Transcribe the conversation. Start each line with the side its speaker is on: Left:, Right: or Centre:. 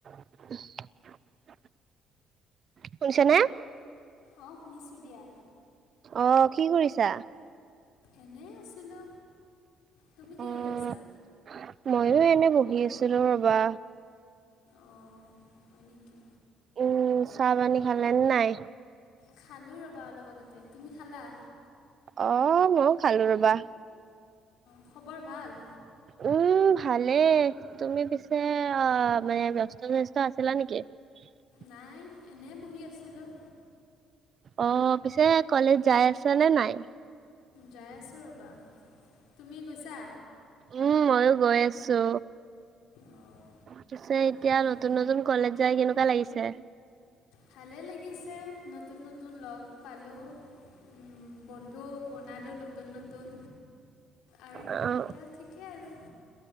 Right: <inaudible> শুনিছানে?
Left: অ' শুনিছোঁ দিয়া।
Right: অ' কি কৰিছা?
Left: এনে আছিলো তুমি কি
Right: অ',
Left: কৰি আছা?
Right: ময়ো এনে বহি আছিলো ৰবা।
Left: অ' হয় নেকি?
Right: উম, চাহ পানী খালে নে নাই?
Left: খালো ৰ'বা অলপ আগতে তুমি খালা?
Right: অ ময়ো খালো ৰবা।
Left: খবৰ ভাল?
Right: উম। উ ভালেই তুমি পিছে অ মানে ব্যস্ত স্যস্ত আছিলা নেকি? <unintelligible>
Left: নাই এনেই বহি আছিলোঁ।
Right: অ' পিছে কলেজ যাই আছা নে নাই?
Left: যাই আছো ৰ'বা তুমি গৈছা?
Right: উম, ময়ো গৈ আছো।
Left: অঁ
Right: পিছে এতিয়া
Left: হয়।
Right: নতুন নতুন কলেজ যাই কেনেকুৱা লাগিছে?
Left: ভালে লাগিছে নতুন নতুন লগ পালো। উম উম, বন্ধু বনালোঁ নতুন নতুন। আৰু
Right: অ'
Left: এতিয়া ঠিকেই আৰু।